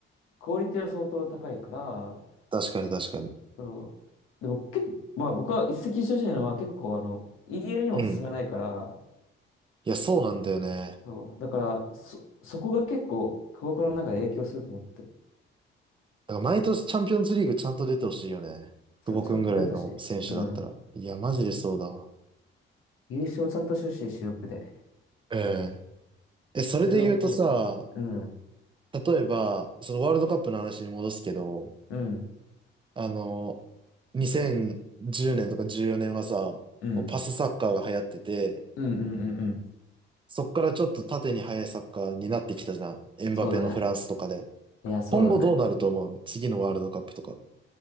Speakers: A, on the left; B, on the right.
A: クオリティは相当高いから、
B: 確かに確かに。
A: そう、でも結構、まあ僕は一石一鳥じゃなのは結構あの、イーエ l にも進めないから、
B: うん。いや、そうなんだよね。
A: そう、だから、そ、そこが結構、クボクの中で影響すると思ってる。
B: だから毎年チャンピオンズリーグちゃんと出てほしいよね。
A: そう、
B: 久保くんぐらいの選手だったら。
A: ちゃんと出たし、うん。
B: いや、マジでそうだわ。
A: 優勝ちゃんとしてほしい、主力で。
B: うん。え、それで言うとさ、
A: それを見たいね。うん、
B: 例えば、そのワールドカップの話に戻すけど、
A: うん、
B: あの、2010年とか14年はさ、
A: うん、うん、
B: こうパスサッカーが流行ってて、
A: うん、うん、うん。
B: そっからちょっと縦に速いサッカーになってきたじゃん。エンバペのフランスとかで。
A: そうだね。いや、そうだね。
B: 今後どうなると思う次のワールドカップとか。